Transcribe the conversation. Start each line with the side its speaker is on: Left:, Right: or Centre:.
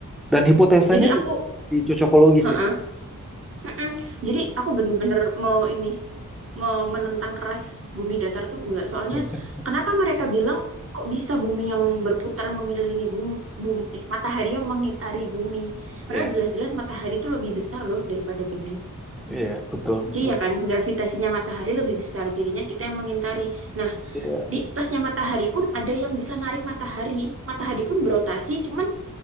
Centre: Dan hipotesanya
Right: Jadi aku,
Centre: juga di cocokologi
Right: heeh,
Centre: sih.
Right: heeh. Jadi aku bener-bener mau ini, mau menentang keras bumi datar tuh enggak. Soalnya
Centre: <laughs>
Right: kenapa mereka bilang kok bisa bumi yang berputar mengelilingi bumi, bum- eh, matahari yang mengitari bumi? Padahal
Centre: Iya,
Right: jelas-jelas matahari itu lebih besar loh daripada bumi.
Centre: iya, betul,
Right: Jadi
Centre: betul.
Right: ya kan gravitasinya matahari lebih besar, jadinya kita yang mengintari. Nah,
Centre: Iya,
Right: di atasnya matahari pun ada yang bisa narik matahari. Matahari pun berotasi, cuman